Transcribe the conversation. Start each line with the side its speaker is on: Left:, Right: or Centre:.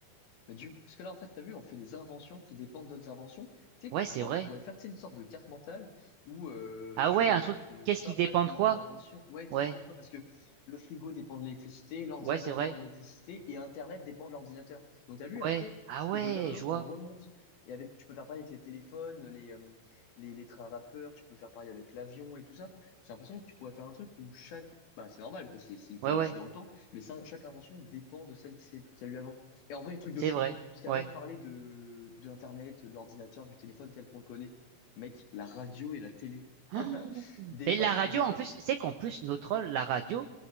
Left: Mais du coup, parce que là, en fait, t'as vu, on fait des inventions qui dépendent d'autres inventions. Tu sais,
Right: Ouais,
Left: que-
Right: c'est
Left: je pense
Right: vrai.
Left: qu'on pourrait faire, tu sais, une sorte de carte mentale où euh,
Right: Ah
Left: tu
Right: ouais,
Left: remontes
Right: un truc,
Left: de-
Right: qu'est-ce
Left: du papa
Right: qui dépend
Left: de
Right: de quoi?
Left: l'invention. Ouais,
Right: Ouais,
Left: qui dépend de quoi? Parce que le frigo dépend de l'électricité, l'ordinateur
Right: ouais, c'est vrai.
Left: dépend de l'électricité et Internet dépend de l'ordinateur. Donc, t'as vu, après,
Right: Ouais. Ah ouais,
Left: et de l'un à l'autre,
Right: je vois.
Left: on remonte. Et avec, tu peux faire pareil avec les téléphones, les, euh, les, les trains à vapeur, tu peux faire pareil avec l'avion et tout ça. J'ai l'impression que tu pourrais faire un truc où chaque, bah, c'est normal que c'est c'est une chronologie
Right: Ouais, ouais,
Left: dans le temps, mais ça, chaque invention dépend de celle qui s'est- qu'il y a eu avant. Et en vrai, truc
Right: c'est
Left: de fou.
Right: vrai.
Left: Parce qu'avant
Right: Ouais.
Left: de parler de, de Internet, de l'ordinateur, du téléphone tel qu'on le connaît, mec, la radio et la télé. <laughs>
Right: <gasps>
Left: Débat,
Right: Mais la radio,
Left: débat.
Right: en plus, c'est qu'en plus, notre rôle, la radio,